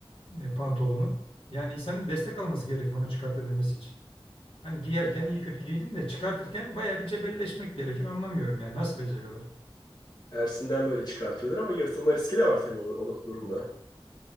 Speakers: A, on the left; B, on the left.
A: e, pantolonu. Yani insanın destek alması gerekir onu çıkartabilmesi için. Hani giyerken
B: Yani
A: iyi kötü giydin de çıkartırken baya bir cebelleşmek gerekir. Anlamıyorum yani nasıl beceriyorlar?
B: tersinden böyle çıkartıyorlar ama yırtılma riski de var tabii o, o durumda.